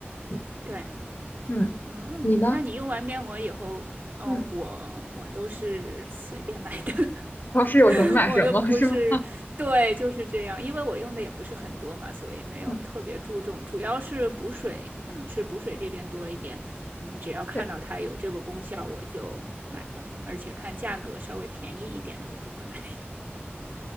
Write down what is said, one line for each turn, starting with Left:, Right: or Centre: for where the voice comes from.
Left: 嗯
Right: 对，
Left: 嗯，
Right: 哦，
Left: 你呢？
Right: 那你用完面膜以后，哦，
Left: 嗯，
Right: 我我都是随便买的。<laughs>
Left: 超市有什么买什么，
Right: <laughs> 我又不是，
Left: 是吗？
Right: 对，就是这样，因为我用的也不是很多嘛，所以没有特别注重，
Left: <laughs> 嗯，
Right: 主要是补水，可能是补水这边多一点。嗯，只要看到它有这个功效，
Left: 对，
Right: 我就买了，而且看价格稍微便宜一点的，我就会买。<laughs>